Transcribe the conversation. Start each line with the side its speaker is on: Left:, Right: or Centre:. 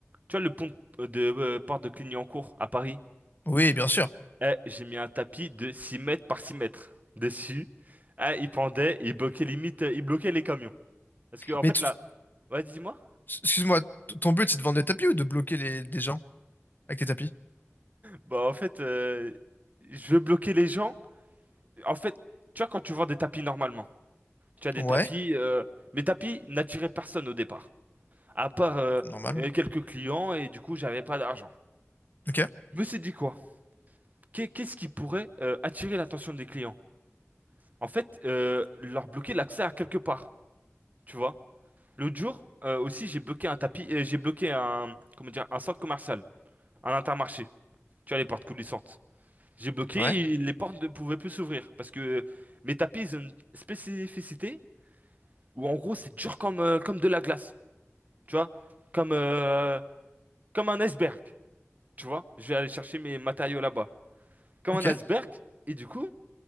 Right: tu vois le pont de, de, euh, Porte de Clignancourt à Paris.
Left: Oui, bien sûr.
Right: Eh, j'ai mis un tapis de 6 mètres par 6 mètres dessus. Eh, il pendait, il bloquait limite, euh, il bloquait les camions. Parce que en fait
Left: Mais tu-
Right: là,
Left: tu-
Right: ouais, dis-moi.
Left: excuse-moi, t- ton but c'est de vendre des tapis ou de bloquer les, des gens avec tes tapis?
Right: Bah en fait, euh, je veux bloquer les gens. En fait, tu vois quand tu vends des tapis normalement. Tu as des
Left: Ouais,
Right: tapis. euh, Mes tapis n'attiraient personne au départ, à part euh,
Left: c'est normal.
Right: euh, quelques clients, et du coup, j'avais pas d'argent.
Left: Ok,
Right: Je me suis dit quoi? Qu'est- Qu'est-ce qui pourrait euh, attirer l'attention des clients? En fait, euh, leur bloquer l'accès à quelque part, tu vois. L'autre jour, euh, aussi, j'ai bloqué un tapis, euh, j'ai bloqué un, comment dire, un centre commercial, un Intermarché. Tu vois, les portes coulissantes. J'ai bloqué,
Left: ouais,
Right: et les portes ne pouvaient plus s'ouvrir parce que mes tapis ils ont une spécificité où en gros c'est dur comme, euh, comme de la glace, tu vois, comme euh, comme un iceberg, tu vois. Je vais aller chercher mes matériaux là-bas, comme
Left: ok.
Right: un iceberg. Et du coup,